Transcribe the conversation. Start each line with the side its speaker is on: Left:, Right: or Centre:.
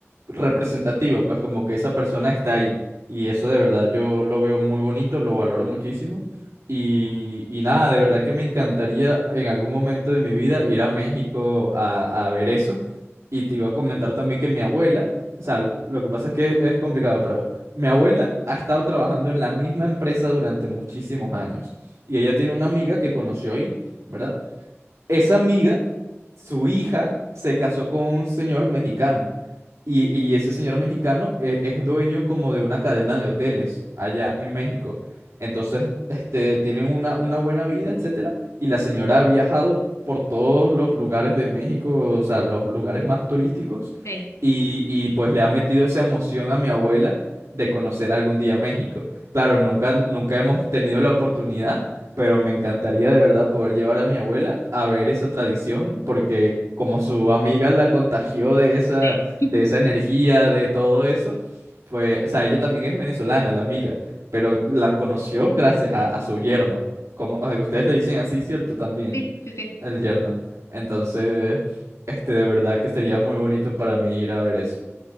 Right: representativo, pues como que esa persona está ahí. Y eso de verdad yo lo veo muy bonito, lo valoro muchísimo. Y, y nada, de verdad que me encantaría en algún momento de mi vida ir a México a, a ver eso. Y te iba a comentar también que mi abuela, o sea, lo que pasa es que es complicado, pero mi abuela ha estado trabajando en la misma empresa durante muchísimos años. Y ella tiene una amiga que conoció ahí, ¿verdad? Esa amiga, su hija, se casó con un señor mexicano. Y, y ese señor mexicano e- es, dueño como de una cadena de hoteles allá en México. Entonces, este, tienen una, una buena vida, etcétera. Y la señora ha viajado por todos los lugares de México, o sea, los lugares más turísticos.
Left: sí,
Right: Y, y pues le ha metido esa emoción a mi abuela de conocer algún día México. Claro, nunca, nunca hemos tenido la oportunidad pero me encantaría de verdad poder llevar a mi abuela a ver esa tradición, porque como su amiga la contagió de esa,
Left: sí. <laughs>
Right: de esa energía, de todo eso, pues, o sea, ella también es venezolana, la amiga, pero la conoció gracias a, a su yerno. Como ah, ustedes le dicen así, ¿cierto? También,
Left: Sí, sí, sí.
Right: el yerno. Entonces, este, de verdad que sería muy bonito para mí ir a ver eso.